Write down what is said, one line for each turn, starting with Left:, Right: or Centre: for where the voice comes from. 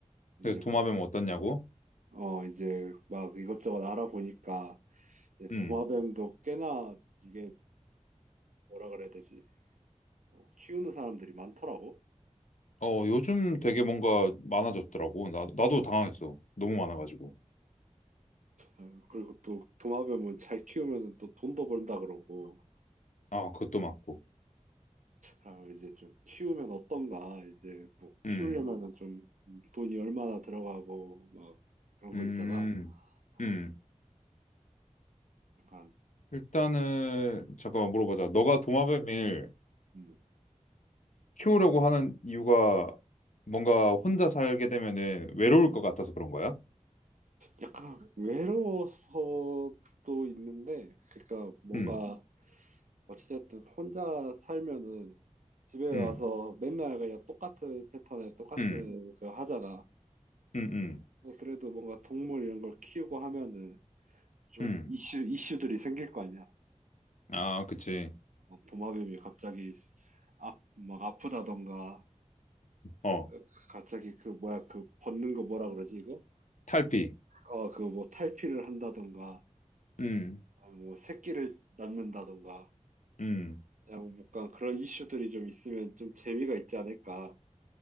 Right: 이제
Left: 그래서 도마뱀
Right: 막
Left: 어떻냐고?
Right: 어, 이제 막 이것저것 알아보니까 이제
Left: 음,
Right: 도마뱀도 꽤나 이게 뭐라 그래야 되지? 어, 키우는 사람들이 많더라고.
Left: 어, 요즘 되게 뭔가 많아졌더라고. 나, 나도 당황했어. 너무 많아가지고.
Right: 어, 그리고 또 도마뱀은 잘 키우면 또 돈도 번다 그러고.
Left: 아, 그것도 맞고.
Right: 아, 이제 좀 키우면 어떤가? 이제 뭐 키우려면은
Left: 음,
Right: 좀 돈이 얼마나 들어가고 막 그런
Left: 음,
Right: 거 있잖아. 어,
Left: 음.
Right: 약간
Left: 일단은, 잠깐만 물어보자. 너가 도마뱀을
Right: 음,
Left: 키우려고 하는 이유가 뭔가 혼자 살게 되면은 외로울 것 같아서 그런 거야?
Right: 약간 외로워서 도 있는데, 그러니까 뭔가
Left: 음,
Right: 어찌됐든 혼자 살면은 집에 와서
Left: 음,
Right: 맨날 그냥 똑같은 패턴에 똑같은
Left: 음,
Right: 그 하잖아.
Left: 음, 음,
Right: 근데 그래도 뭔가 동물 이런 걸 키우고 하면은 좀
Left: 음.
Right: 이슈, 이슈들이 생길 거 아니야.
Left: 아, 그치.
Right: 어, 도마뱀이 갑자기 아, 막 아프다던가
Left: 어.
Right: 어, 갑자기 그 뭐야 그 벗는 거 뭐라 그러지 이거?
Left: 탈피.
Right: 어, 그 뭐 탈피를 한다던가
Left: 음,
Right: 아, 뭐 새끼를 낳는다던가
Left: 음.
Right: 그냥 뭔가 그런 이슈들이 좀 있으면 좀 재미가 있지 않을까.